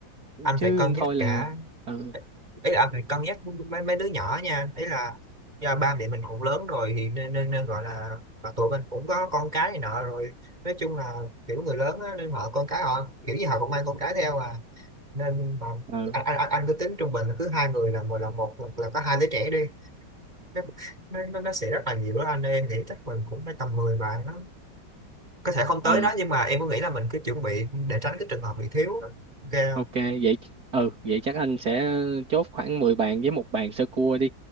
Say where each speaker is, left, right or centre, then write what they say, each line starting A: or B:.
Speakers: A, on the right; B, on the right.
A: anh
B: chứ
A: phải cân
B: không
A: nhắc
B: thôi là
A: cả
B: ừ
A: ý là anh phải cân nhắc mấy mấy đứa nhỏ nha ý là do ba mẹ mình cũng lớn rồi thì nên nên, nên gọi là mà tụi mình cũng có con cái này nọ rồi nói chung là kiểu người lớn á, nên họ con cái họ kiểu gì họ cũng mang con cái theo à nên mà
B: ừ
A: anh anh, anh anh cứ tính trung bình là cứ hai người là một là một là có hai đứa trẻ đi nó nó, nó nó sẽ rất là nhiều đó anh ơi. em nghĩ chắc mình cũng phải tầm 10 bài nó có thể không tới
B: ừ
A: đó nhưng mà em có nghĩ là mình cứ chuẩn bị để tránh cái trường hợp bị thiếu đó. ok
B: Ok
A: không?
B: vậy ừ vậy chắc anh sẽ chốt khoảng 10 bàn với một bàn sơ cua đi.